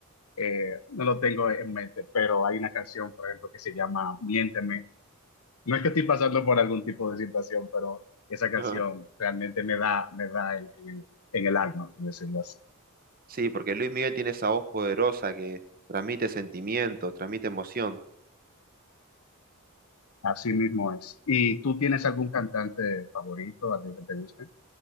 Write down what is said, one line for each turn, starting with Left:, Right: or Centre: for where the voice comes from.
Left: eh, no lo tengo en mente, pero hay una canción, por ejemplo, que se llama Miénteme No es que estoy pasando por algún tipo de situación, pero esa canción
Right: <laughs>
Left: realmente me da, me da en, en el, en el alma, por decirlo así.
Right: Sí, porque Luis Miguel tiene esa voz poderosa que transmite sentimientos, transmite emoción.
Left: Así mismo es. ¿Y tú tienes algún cantante favorito, alguien que te guste?